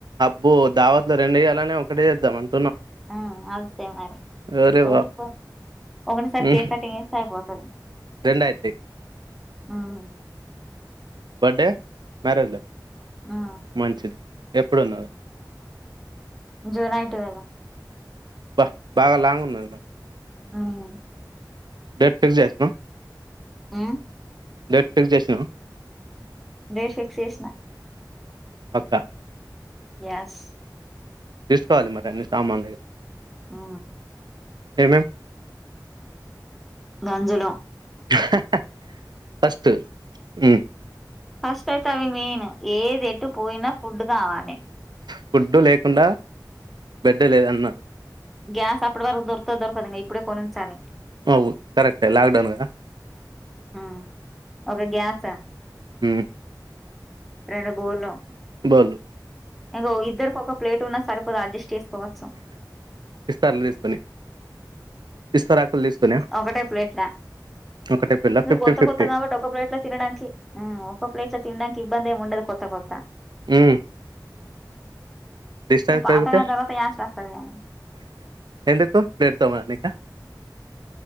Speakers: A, on the right (about 70°); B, in the centre.
A: అబ్బు దావత్ ల రెండు ఇయ్యలనె ఒకటే తెద్దమన్
B: ఆ అంతే మరి
A: అరే
B: ఒకటి
A: వా
B: ఒకటిసారి
A: ఉమ్,
B: కేక్ కటింగ్ అయిపో సరే
A: రెండు అయితయి
B: ఆహ్
A: బడే మారేదిల
B: ఉమ్
A: మంచిది ఎప్పుడున్నర్
B: జూలై టువెల
A: బ బాగా లాంగ్ ఉన్నది
B: హ్మ్
A: డేట్ ఫిక్స్ చేసుకో
B: ఉమ్
A: డేట్ ఫిక్స్ చేసినా
B: డేట్ ఫిక్స్ చేసిన
A: పక్క
B: ఎస్
A: తీసుకోవాలి మరి అన్ని సామాన్లు
B: ఆ
A: ఏం ఏం
B: గంజలు
A: హా హా. ఫస్ట్ హు
B: ఫస్ట్ అయితే అవి మెయిన్ ఏది ఎటు పోయినా ఫుడ్ కావాలే
A: ఫుడ్ లేకుండా బెడ్డు లేదు అన్నా.
B: గ్యాస్ అప్పటి వరకు దొరుకుతాదౌ దొరుకాదో ఇంకా ఇప్పుడే కొనుంచాలే
A: అవును కరెక్టే లాక్ డౌన్ కదా
B: హ్మ్ ఒక్క గ్యాస్
A: హూ
B: రెండు బోలు
A: చాలు
B: ఇంకో ఇద్దరికి ఒక ప్లేట్ ఉన్న సరిపో కో అడ్జస్ట్ చేసుకోవచ్చు
A: ఇస్తార్లు తీసుకొని ఇస్తారాకులు తీసుకుని
B: ఒకటే ప్లేట్ల
A: ఒకటే పిల్ల ఫిఫ్టీ
B: ఇ కొత్త
A: ఫిఫ్టీ
B: కొత్త కాబట్టి ఒక ప్లేట్ లో తినడానికి ఒక ప్లేట్ల తినడానికి ఇబ్బంది ఎం ఉండదు కొత్త కొత్త
A: హు డిస్టెన్స్
B: నువ్వు పాతగైన
A: పెరిగితే
B: తర్వాత యాస్ట్ వస్తది గాని
A: ఎందుకు లేప్త మన్ని